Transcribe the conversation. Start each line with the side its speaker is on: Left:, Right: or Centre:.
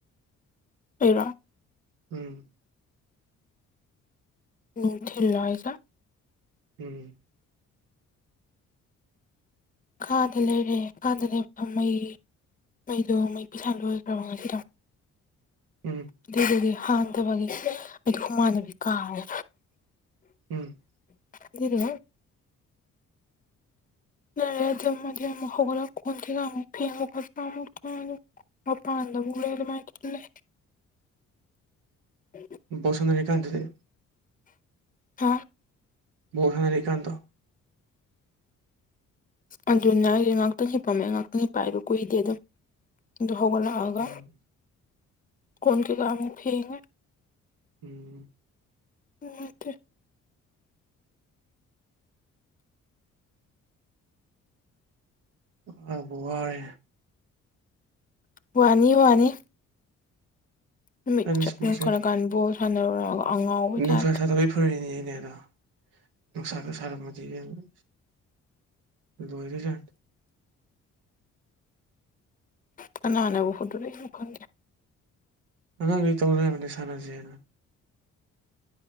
Left: ꯑꯩꯔꯣ
Right: ꯎꯝ
Left: ꯅꯨꯡꯊꯤꯜꯂꯣ ꯍꯥꯏꯖꯦ
Right: ꯎꯝ
Left: ꯀꯥꯗ ꯂꯩꯔꯦ ꯀꯥꯗ ꯂꯩꯕ ꯃꯩ ꯃꯩꯗꯣ ꯃꯩ ꯄꯤꯁꯥ ꯂꯣꯏꯈ꯭ꯔꯕ ꯉꯁꯤꯗꯣ
Right: ꯎꯝ
Left: ꯑꯗꯨꯗꯨꯒꯤ ꯍꯥꯟꯊꯕꯒꯤ ꯑꯩꯗꯤ ꯍꯨꯃꯥꯡ ꯑꯅꯞꯄꯤ ꯀꯥꯔꯦ
Right: ꯎꯝ
Left: ꯑꯗꯨꯗꯨꯒ ꯌꯥꯔꯦ ꯊꯝꯃꯒꯦ ꯑꯃꯨꯛ ꯍꯧꯒꯠꯂ ꯀꯣꯟ ꯀꯩꯀꯥ ꯃꯨꯛ ꯐꯦꯡꯕ ꯈꯣꯠꯄ ꯑꯃꯨꯛ ꯇꯧꯔꯅꯤ ꯃꯄꯥꯟ ꯗꯃꯨꯛ ꯂꯩ ꯑꯗꯨꯃꯥꯏ ꯀꯟꯂꯦ <unintelligible>
Right: ꯕꯣꯜ ꯁꯥꯟꯅꯔꯤ ꯀꯥꯟꯗꯗꯤ
Left: ꯍꯥ
Right: ꯕꯣꯜ ꯁꯥꯟꯅꯔꯤ ꯀꯥꯟꯗꯣ
Left: ꯑꯗꯨꯅ ꯑꯩꯅ ꯉꯍꯥꯛꯇꯪ ꯍꯤꯄꯝꯃꯦ ꯉꯥꯛꯇꯪ ꯄꯥꯏꯕ ꯀꯨꯏꯗꯦ ꯑꯗꯨꯝ ꯑꯗꯨ ꯍꯧꯒꯠꯂꯛ ꯑꯒ
Right: ꯎꯝ
Left: ꯀꯣꯟ ꯀꯩ ꯀꯥ ꯑꯃꯨꯛ ꯐꯦꯡꯉꯦ
Right: ꯎꯝ
Left: ꯅꯨꯡꯉꯥꯏꯇꯦ
Right: ꯋꯥꯕꯨ ꯋꯥꯏ
Left: ꯋꯥꯅꯤ ꯋꯥꯅꯤ ꯅꯨꯃꯤꯠ
Right: ꯑꯩꯗꯤ
Left: ꯆꯨꯝꯌꯨꯡ
Right: ꯁꯤꯒꯨꯝꯕꯁꯦ
Left: ꯈꯠꯂꯀꯥꯟ ꯕꯣꯜ ꯁꯥꯟꯅꯔꯨꯔꯒ ꯑꯉꯥꯎꯕꯩ
Right: ꯅꯨꯡꯁꯥ
Left: ꯇꯥꯏꯞꯇ
Right: ꯁꯥꯗꯕꯒꯤ ꯐꯔꯤꯅꯤꯅꯦ ꯑꯗꯣ ꯅꯨꯡꯁꯥꯒ ꯁꯥꯔꯝꯕꯗꯤ ꯏꯕꯦꯝꯃꯥ ꯂꯣꯏꯔꯥ ꯖꯠꯅꯤ
Left: ꯀꯅꯥꯅꯕꯨ ꯍꯧꯗꯣꯔꯛꯏꯅꯣ ꯈꯪꯗꯦ
Right: ꯑꯉꯥꯡꯈꯩ ꯇꯧ ꯂꯩꯔꯝꯕꯅꯦ ꯁꯥꯟꯅꯖꯦꯅ